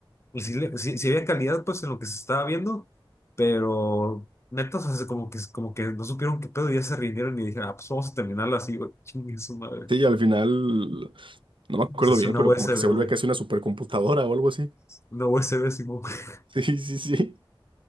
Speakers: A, on the left; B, on the right.
A: pues sí, le- sí- sí había calidad pues en lo que se estaba viendo, pero neta, o sea, como que, como que no supieron qué pedo y ya se rindieron y dijeron, ah, pues vamos a terminarlo así, güey, chingue su madre.
B: Sí, al final, no me acuerdo
A: Pues es
B: bien,
A: una
B: pero
A: USB,
B: como que se vuelve
A: güey,
B: casi una supercomputadora o algo así.
A: una USB, Simón. <laughs>
B: <laughs> Sí, sí, sí.